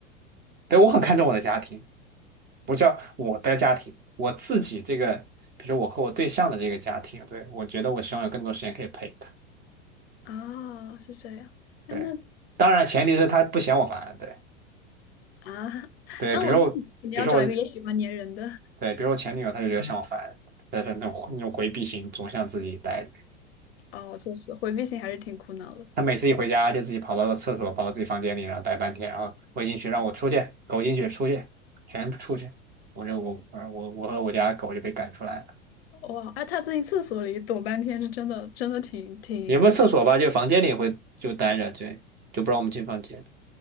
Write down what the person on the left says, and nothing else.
哦，是这样。哎，
那
啊，<laughs>
那我那你你要找一个也喜欢粘人的
哦，确实回避型还是挺苦恼的。
哇，哎，他在厕所里躲半天，是真的，真的挺挺